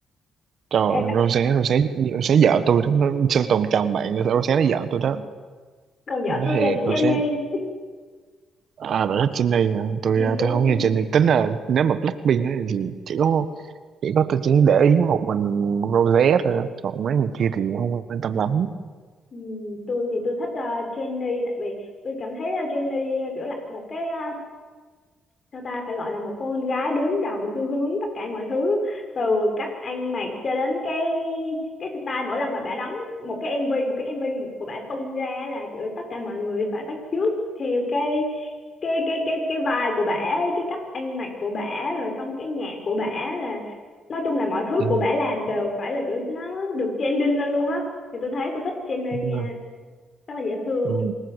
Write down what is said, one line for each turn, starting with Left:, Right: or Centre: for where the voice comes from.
Right: trời ơi,
Left: Ê,
Right: Rosé Rosé Rosé vợ tôi đó nó, Sơn Tùng chồng bạn nữa, Rosé nó vợ tôi đó
Left: còn vợ
Right: nó
Left: tôi
Right: thiệt
Left: là Jennie
Right: Rosé à bạn thích Jennie hả tôi
Left: ừ,
Right: à,
Left: tôi
Right: tôi
Left: thích
Right: không nghe
Left: Jennie
Right: Jennie tính là nếu mà Blackpink á thì chỉ có chỉ có tôi chỉ để ý một mình Rosé thôi đó. còn mấy người kia thì không quan tâm lắm
Left: ừ, tôi thì tôi thích ờ, Jennie tại vì tôi cảm thấy uh, Jennie kiểu là một cái ờ, sao ta phải gọi là một cô con gái đứng đầu xu hướng tất cả mọi thứ từ cách ăn mặc cho đến cái cái style mỗi lần mà bả đóng một cái MV một cái MV của bả tung ra là kiểu tất cả mọi người phải bắt chước theo cái cái cái cái cái vibe của bả cái cách ăn mặc của bả rồi xong cái nhạc của bả là nói chung là mọi thứ
Right: ừ.
Left: của bả làm đều phải là kiểu nó được trending lên luôn á thì tôi thấy tôi thích Jennie
Right: đúng rồi.
Left: nha rất là dễ thương
Right: Ừ.